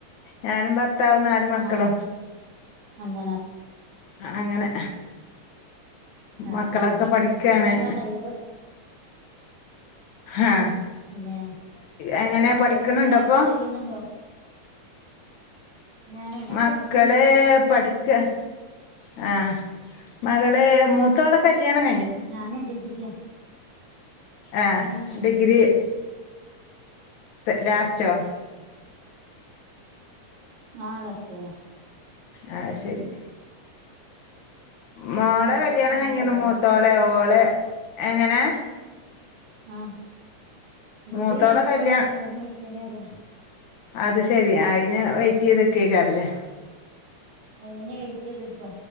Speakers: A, on the left; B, on the right.
A: ഞാനും ഭർത്താവും നാല് മക്കളും.
B: ആഹ് <unintelligible>
A: അങ്ങനെ
B: അ
A: മക്കളൊക്കെ
B: അ അ
A: പഠിക്കാണ്
B: അതന്നെ ഹൈർ
A: ആഹ
B: പിന്നെ
A: എങ്ങനെയ പഠിക്കണണ്ടോപ്പൊ
B: ഓരൊക്കെ ഇങ്ങനെ വർക്ക്
A: <unintelligible>
B: ചെയ്യുന്നുണ്ടോ ഞാനോ ഞാൻ
A: മക്കളെ
B: പഠിക്ക്ണ്ട്
A: പഠിക്കാ ആ. മകളെ മൂത്തോളെ കല്യാണം
B: ഞാൻ ഡിഗ്രിയാ
A: ആഹ
B: ഏഹ്
A: ഡിഗ്രി
B: അയ്ശരി
A: ലാസ്റ്റോ
B: ആ ലാസ്റ്റ് ഇയറാ
A: അ ശരി മോളെ
B: കഴിഞ്ഞിട്ട്
A: കല്യാണം
B: വേണം
A: കഴിഞ്ഞിണ്
B: കല്യാണൊക്കെ
A: മൂത്തോളെ
B: നോക്കാന്
A: ഓളെ എങ്ങനെ.
B: ആ ഡിഗ്രി
A: മൂത്തോളെ
B: കഴിഞ്ഞിട്ട്
A: കല്യാ
B: വേണം കല്യാണം കഴിക്കന്നറിയാൻ
A: അത് ശെരി അയിന് വൈറ്റ് എയ്ത് നിക്കയ്ക്കാരം ല്ലെ
B: അയിനു വൈറ്റിത്ക്കാ